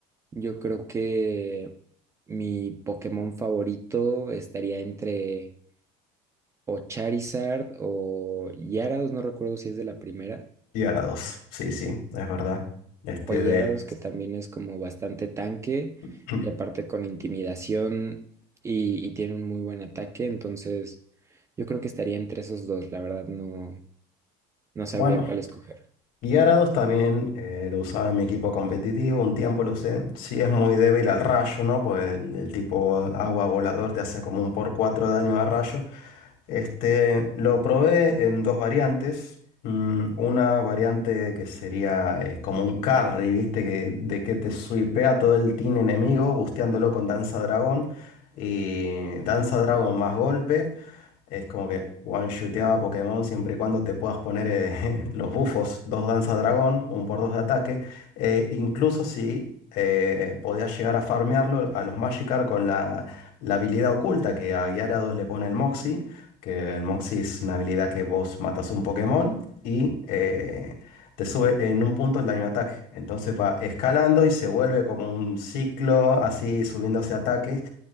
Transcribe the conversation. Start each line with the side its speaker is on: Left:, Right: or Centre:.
Right: yo creo que mi Pokémon favorito estaría entre o Charizard o Gyarados, no recuerdo si es de la primera.
Left: Y ahora dos, sí, sí, es verdad. Este
Right: Hoyardos,
Left: de...
Right: que también es como bastante tanque
Left: <clears throat>
Right: y aparte con intimidación y, y tiene un muy buen ataque, entonces yo creo que estaría entre esos dos, la verdad no, no sabría
Left: Bueno.
Right: cuál escoger.
Left: Y Arados también eh, lo usaba en mi equipo competitivo, un tiempo lo usé. Sí es muy débil al rayo, ¿no? Pues el tipo agua volador te hace como un por 4 de daño a rayo. Este, lo probé en dos variantes. Mm, una variante que sería eh, como un carry, ¿viste? Que, de que te suipea todo el team enemigo, busteándolo con Danza Dragón. Y Danza Dragón más golpe. Es como que one shooteaba Pokémon siempre y cuando te puedas poner eh, <laughs> los bufos, dos danza dragón, un por dos de ataque. eh, incluso si eh, podías llegar a farmearlo a los Magikarp con la, la habilidad oculta que a Gyarados le pone el Moxie, que el Moxie es una habilidad que vos matas un Pokémon y eh, te sube en un punto el daño de ataque. Entonces va escalando y se vuelve como un ciclo así subiéndose ataques